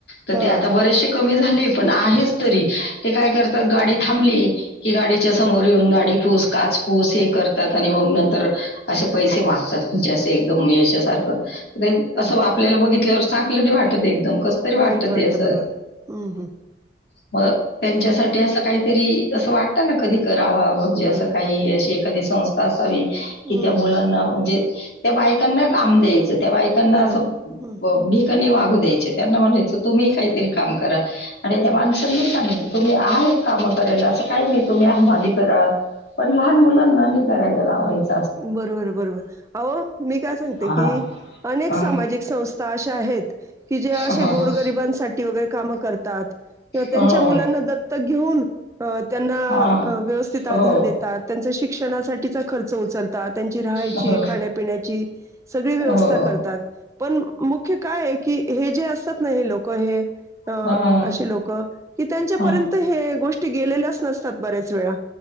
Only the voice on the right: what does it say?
हा
हा
ह
हा
वाईट वाटतं
बरोबर हम्म हम्म
हा
हो
बरोबर
हम्म
बरोबर
हम्म
बरोबर
हो
हो
बरोबर बरोबर अहो मी काय सांगते
की अनेक
सामाजिक संस्था अशा आहे हेत. की जे असे
गोरगरिबांसाठी
वगैरे कामं करतात किंवा त्यांच्या
मुलांना दत्तक घेऊन अ त्यांना
व्यवस्थित आधार
देतात. त्यांचा शिक्षणासाठीचा खर्च उचलतात. त्यांची राहायची
खाण्यापिण्याची सगळी व्यवस्था
करतात पण मुख्य काय आहे की हे जे असतात ना हे लोक हे. अ
असे लोक कि त्यांच्यापर्यंत
हे गोष्टी गेलेल्याच नसतात बऱ्याच वेळा